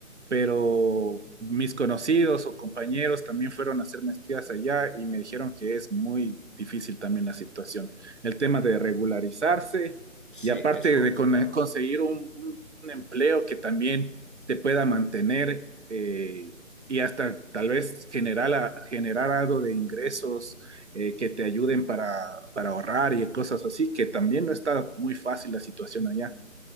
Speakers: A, on the right (about 55°); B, on the left (about 40°).
A: pero mis conocidos o compañeros también fueron a hacer maestrías allá y me dijeron que es muy difícil también la situación. El tema de regularizarse
B: sí,
A: y aparte
B: es complicado.
A: de con- conseguir un, un- un empleo que también te pueda mantener eh, y hasta tal vez generar, a- generar algo de ingresos eh, que te ayuden para, para ahorrar y cosas así, que también no está muy fácil la situación allá.